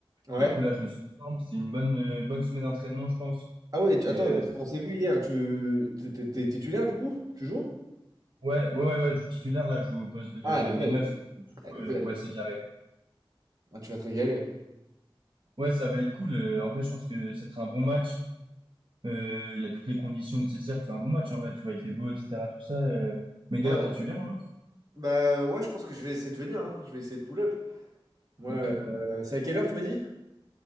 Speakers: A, on the right; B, on the right.
A: Ouais.
B: Du coup là je me sens en forme, c'était une bonne, euh, bonne semaine d'entraînement je pense.
A: Ah ouais, tu-
B: Et
A: attends,
B: euh,
A: parce qu'on s'est vu hier, tu... T'es t'es- t'es titulaire, du coup? Tu joues?
B: ouais, ouais, ouais, ouais, je joue titulaire là, je joue au poste de,
A: Ah, elle est belle.
B: de neuf
A: Elle
B: ouais,
A: est belle.
B: ouais, c'est carré.
A: Ah, tu vas te régaler.
B: Ouais, ça va être cool. euh, en vrai je pense que ça sera un bon match. Euh, il y a toutes les conditions nécessaires pour faire un bon match en vrai, tu vois, il fait beau, etc. Tout ça. euh. Mais d'ailleurs,
A: Ouais.
B: toi, tu viens au match?
A: Bah ouais, je pense que je vais essayer de venir, hein. Je vais essayer de pull-up. Ouais,
B: Ok, cool.
A: euh, c'est à quelle heure tu m'as dit?